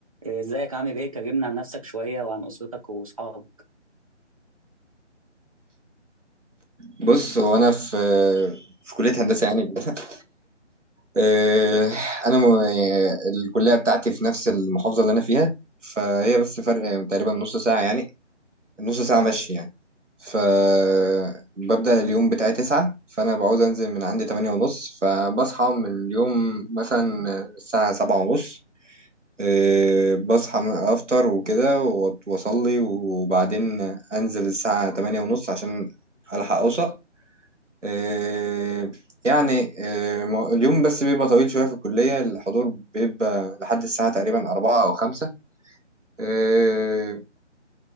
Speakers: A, on the right (about 30°); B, on the right (about 85°).
A: إيه، ازيك عامل ايه كلمنا عن نفسك شوية وعن أسرتك وأصحابك
B: بص هو انا في في كليه هندسه يعني <laughs> آه، انا م... يعني الكليه بتاعتي في نفس المحافظه اللي انا فيها فهي بس فرق تقريبا نص ساعه يعني نص ساعه مشي يعني فببدأ اليوم بتاعي تسعة فأنا بعوز أنزل من عندي تمانية ونص فبصحى من اليوم مثلا الساعة سبعة ونص آه، بصحى من- أفطر وكده وأت- وأصلي وبعدين أنزل الساعة تمانية ونص عشان ألحق أوصل آه، يعني آه، ما- اليوم بس بيبقى طويل شوية في الكلية الحضور بيبقى لحد الساعة تقريبا أربعة أو خمسة آه،